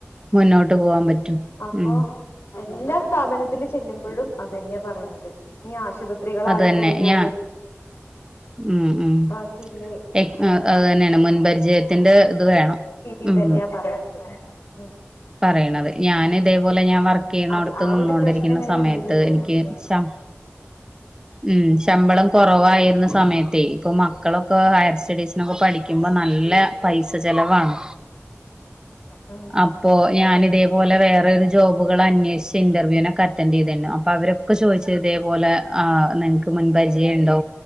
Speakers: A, on the right; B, on the left.
A: മുന്നോട്ട് പോകവാൻ പറ്റും.
B: അപ്പൊ
A: ഉം
B: എല്ലാ സ്ഥാപനത്തി ചെല്ലുമ്പോഴും അതങ്ങനെയാ പറയണത്. ഇഞ് ആശുപത്രികളായി
A: അത് തന്നെ
B: കഴിഞ്ഞാലും
A: ഞാൻ ഉം ഉം
B: ബാക്കിയില്ലേ
A: എ
B: ആഹ്
A: അത് തന്നെയാണ് മുൻപരിചയത്തിന്റെ ഇത് വേണം
B: ഇതന്നെയാ
A: ഉം
B: പറയണത് ഉം
A: പറയണത്. ഞാൻ ഇതേപോലെ ഞാൻ
B: അപ്പൊ
A: വർക്കെയ്യണോട്ത്ത്
B: അത് ആ
A: നിന്നോണ്ടിരിക്കുന്ന
B: ഒരു പ്രശ്നം ഇങ്ങനെ
A: സമയത്ത്
B: മുന്നിലേക്ക്
A: എനിക്ക്
B: നിർത്തിക്കൊണ്ടിരിക്കും
A: ശം ഉം ശമ്പളം കുറവായിരുന്ന സമയത്തെ ഇപ്പൊ മക്കളൊക്കെ ഹയർ സ്റ്റഡീസിനൊക്കെ പഠിക്കു മ്പം നല്ല പൈസ ചെലവാണ്.
B: ഉം
A: അ
B: ഉം
A: പ്പോ ഞാന്
B: അതെ അതെ
A: ഇതേപോലെ
B: അതെ
A: വേറൊരു ജോബുകൾ അന്വേഷിച്ച് ഇന്റർവ്യൂനൊക്ക റ്റൻഡ് ചെയ്തിണ്ട് അപ്പൊ അവരൊക്കെ ചോദിച്ചത് ഇതേപോലെ ആഹ് നിങ്ങക്ക് മുൻപരിചയം ഉണ്ടോ